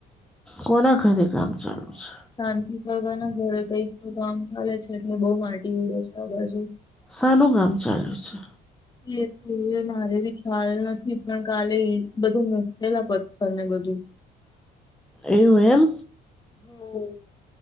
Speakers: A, in the centre; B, on the left.
A: કોના ખાતે કામ ચાલુ છે?
B: શાંતિ કરવાના ઘરે કઈક તો કામ ચાલે છે એટલે બઉ માટી ઉડે છે આ બાજુ.
A: સાનું કામ ચાલુ છે?
B: એ તું મને બી ખ્યાલ નથી પણ કાલે બધું મુકલા પથ્થર ને બધું.
A: એવું એમ?
B: હો